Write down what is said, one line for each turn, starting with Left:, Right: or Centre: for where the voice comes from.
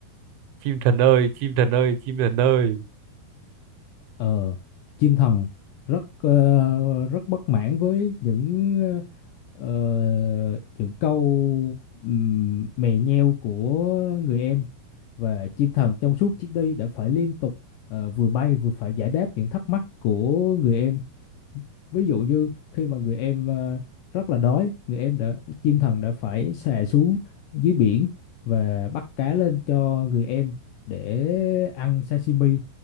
Right: chim thần ơi chim thần ơi chim thần ơi
Left: ờ, chim thần rất ờ, rất bất mãn với những ờ, ờ, những câu ừm, mè nheo của người em Và chim thần trong suốt chuyến đi đã phải liên tục ờ, vừa bay vừa phải giải đáp những thắc mắc của người em. Ví dụ như khi mà người em ờ, rất là đói, người em đã chim thần đã phải xà xuống dưới biển và bắt cá lên cho người em để ăn sashimi.